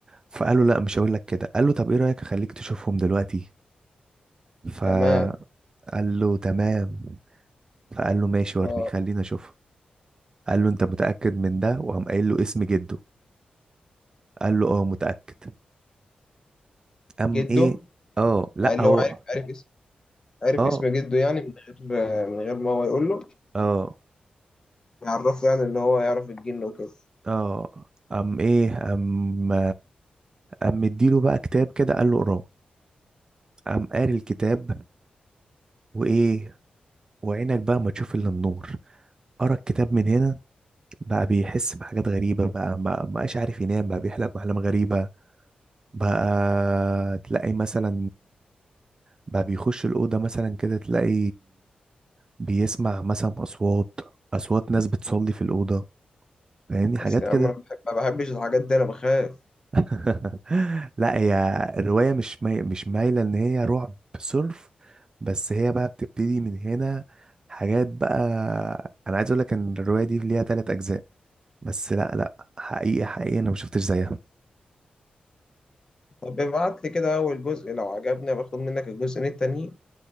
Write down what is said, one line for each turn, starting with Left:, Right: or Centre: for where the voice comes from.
Right: فقال له لا مش هقول لك كده قال له طب ايه رايك اخليك تشوفهم دلوقتي فقال
Left: تمام
Right: له تمام فقال له ماشي ورني
Left: اه
Right: خلينا اشوفهم قال له انت متاكد من ده وقام قايل له اسم جده قال له اه متاكد قام
Left: جده
Right: ايه اه لا
Left: اللي
Right: هو
Left: هو عارف عارف اسم عارف
Right: اه
Left: اسم جده يعني من غير من غير ما هو يقول له
Right: اه
Left: يعرفه يعني ان هو يعرف الجن وكده
Right: اه قام ايه قام قام مديله بقى كتاب كده قال له اقراه قام قاري الكتاب وايه وعينك بقى ما تشوف الا النور قرا الكتاب من هنا بقى بيحس بحاجات غريبه بقى ما بقاش عارف ينام بقى بيحلم احلام غريبه بقى تلاقي مثلا بقى بيخش الاوضه مثلا كده تلاقي بيسمع مثلا اصوات اصوات ناس بتصلي في الاوضه فاهمني
Left: بس
Right: حاجات
Left: يا
Right: كده
Left: عم انا بحب ما بحبش الحاجات دي انا بخاف
Right: <laughs> لا هي الرواية مش مي... مش مايلة ان هي رعب صرف بس هي بقى بتبتدي من هنا حاجات بقى انا عايز اقول لك ان الرواية دي ليها تلات اجزاء بس لا لا حقيقة حقيقة انا ما شفتش زيها
Left: طب ابعت لي كده اول جزء لو عجبني باخد منك الجزئين التانيين